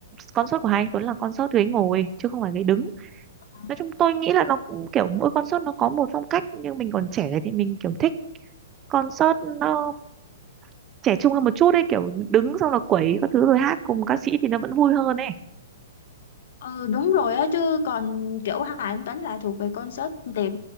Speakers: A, on the right; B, on the left.
A: concert của Hà Anh Tuấn là concert ghế ngồi chứ không phải ghế đứng
B: Ờ.
A: nói chung tôi nghĩ là nó cũng kiểu mỗi concert nó có một phong cách nhưng mình còn trẻ này thì mình kiểu thích concert nó trẻ trung hơn một chút ấy kiểu đứng xong là quẩy các thứ rồi hát cùng ca sĩ thì nó vẫn vui hơn ấy
B: Ừ, đúng rồi á chứ còn kiểu Hà Anh Tuấn là thuộc về concert tệp